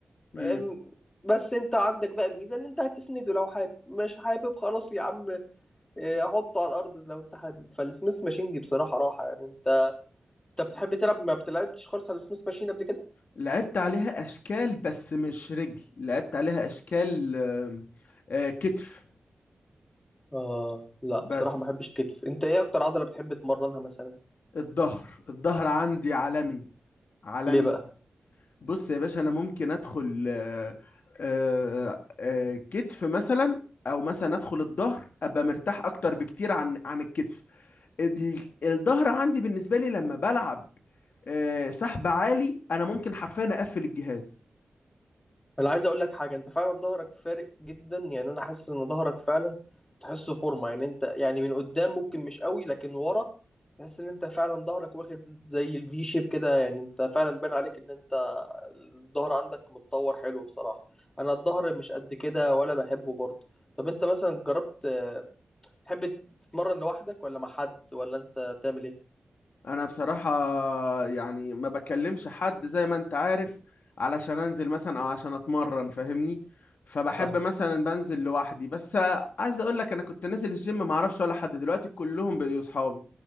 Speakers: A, on the left; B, on the left.
A: منها
B: ام- بس انت عندك بقى ميزه ان انت هتسنده لو حابب مش حابب خلاص يا عم اه، حطه على الارض لو انت حابب فالسميث ماشين دي بصراحه راحه يعني انت انت بتحب تلعب ما بتلعبتش خالص على السميث ماشين قبل كده
A: لعبت عليها اشكال بس مش رجل لعبت عليها اشكال آه، آه، كتف
B: اه لا
A: بس
B: بصراحه ما بحبش الكتف انت ايه اكتر عضله بتحب تمرنها مثلا
A: الظهر الظهر عندي عالمي عالمي
B: ليه بقى
A: بص يا باشا انا ممكن ادخل آه، آه، آه، كتف مثلا او مثلا ادخل الظهر ابقى مرتاح اكتر بكتير عن عن الكتف ال- الظهر عندي بالنسبه لي لما بلعب آه، سحب عالي انا ممكن حرفيا اقفل الجهاز
B: انا عايز اقول لك حاجه انت فعلا ظهرك فارق جدا يعني انا حاسس ان ظهرك فعلا تحسه فورمه يعني انت يعني من قدام ممكن مش قوي لكن ورا تحس ان انت فعلا ظهرك واخد زي الفي شيب كده يعني انت فعلا باين عليك ان انت الظهر عندك متطور حلو بصراحه انا الظهر مش قد كده ولا بحبه برضه طب انت مثلا جربت آه، تحب تتمرن لوحدك ولا مع حد ولا انت بتعمل ايه
A: انا بصراحة يعني ما بكلمش حد زي ما انت عارف علشان انزل مثلا او عشان اتمرن فاهمني فبحب
B: فاهم
A: مثلا بنزل لوحدي بس عايز اقول لك انا كنت نازل الجيم ما اعرفش ولا حد دلوقتي كلهم بقوا اصحابي